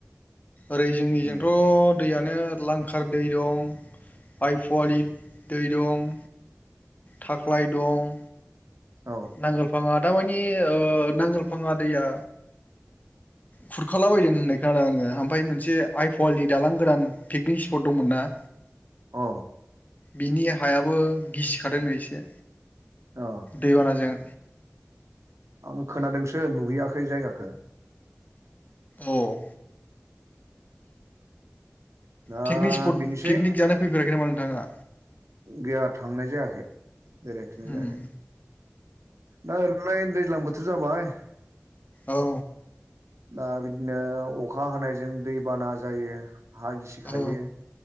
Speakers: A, on the left (about 35°); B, on the right (about 75°).
A: ओरै जोंनिजोंथ'
B: उम
A: दैयानो लांखार दै दं आइपुवालि दै दं थाख्लाय दं
B: औ
A: नांगोलफाङा दामानि ओ नांगोलफाङा दैया खुरखाला बायदों होननाय खोनादों आङो ओमफ्राय मोनसे आइ पुवालि दालां गोदान पिकनिक स्पट दंमोनना
B: अ
A: बिनि हायाबो गिसिखादों नो एसे
B: अ
A: दैबानाजों
B: आं खोनादोंसो नुहैयाखै जायगाखौ
A: औ ओ
B: दा
A: पिकनिक स्पट
B: बेनोसै
A: पिकनिक जानो फैफेराखै नामा नोंथाङा
B: गैया थांनाय जायाखै बेरायथ'नाय
A: उम
B: जायाखै दा ओरैनोलाय दैज्लां बोथोर जाबाय
A: औ
B: दा बिदिनो अखा हानायजों दैबाना जायो हा गिसिखायो
A: औ